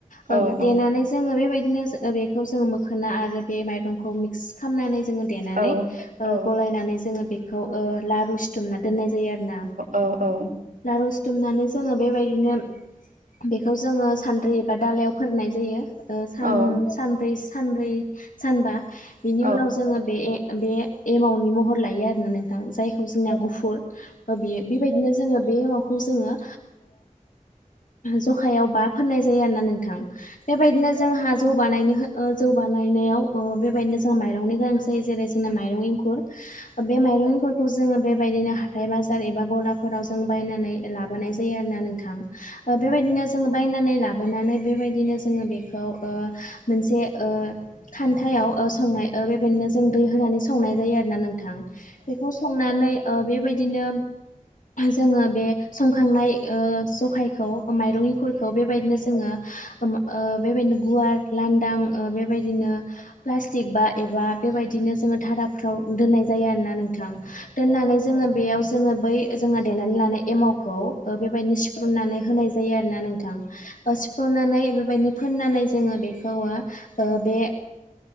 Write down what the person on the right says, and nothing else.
औ औ
औ
औ
औ औ
औ
औ